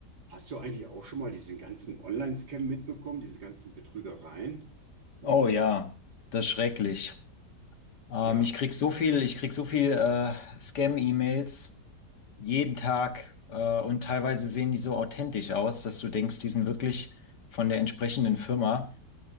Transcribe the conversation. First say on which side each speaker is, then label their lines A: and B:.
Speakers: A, on the right; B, on the left.
A: Hast du eigentlich auch schon mal diesen ganzen Online-Scam mitbekommen, diese ganzen Betrügereien? Und
B: Oh ja, das ist schrecklich. Ähm,
A: ja,
B: ich krieg so viel, ich krieg so viel äh, Scam-E-Mails jeden Tag äh, und teilweise sehen die so authentisch aus, dass du denkst, die sind wirklich von der entsprechenden Firma.